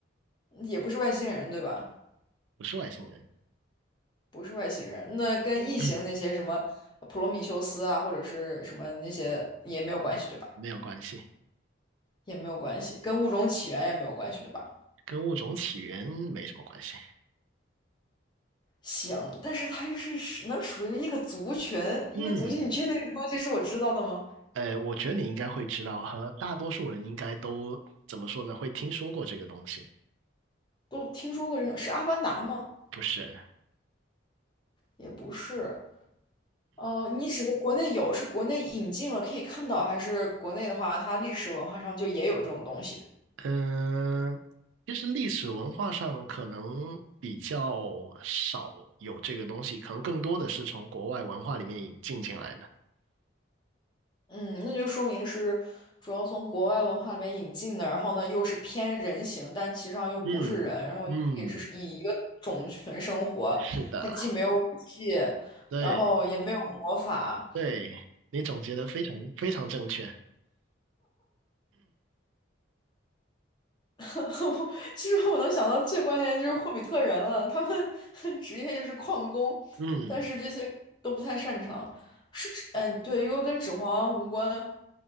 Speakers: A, on the left; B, on the right.
A: 也不是外星人，对吧？
B: 不是外星人，
A: 不是外星人，那跟异形那些什么普罗米修斯啊，
B: <clears throat>
A: 或者是什么那些也没有关系，对吧？
B: 没有关系，
A: 也没有关系，跟物种起源也没有关系，对吧？
B: 跟物种起源没什么关系。
A: 行，但是它又是属能属于一个族群，一个族群，
B: 嗯，
A: 你确定这个东西是我知道的吗？
B: 呃，我觉得你应该会知道，和大多数人应该都怎么说呢？会听说过这个东西，
A: 都听说过这个，是《阿凡达》吗？
B: 不是？
A: 也不是，呃，你指的国内有，是国内引进了可以看到，还是国内的话，它历史文化上就也有这种东西？
B: 嗯、其实历史文化上可能比较少有这个东西，可能更多的是从国外文化里面引进进来的。
A: 嗯，那就说明是主要从国外文化里面引进的，然后呢又是偏人形，但其实上又不是人，
B: 嗯嗯，
A: 然后也是以一个种群生活，
B: 是的，
A: 它既没有武器，
B: 对
A: 然后也没有魔法。
B: 对，你总结的非常非常正确。
A: <laughs> 其实我能想到最关联的就是霍比特人了，他们 <laughs> 职业就是矿工，
B: 嗯，
A: 但是这些都不太擅长。是指，嗯，对，因为跟《指环王》无关。